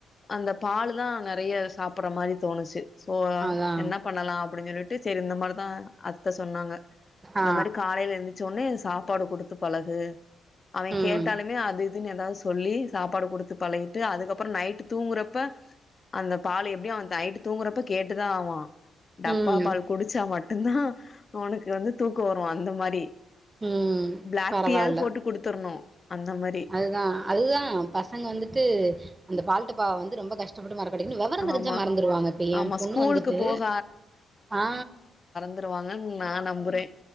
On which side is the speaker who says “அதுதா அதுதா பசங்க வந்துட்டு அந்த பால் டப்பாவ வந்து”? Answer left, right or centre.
Right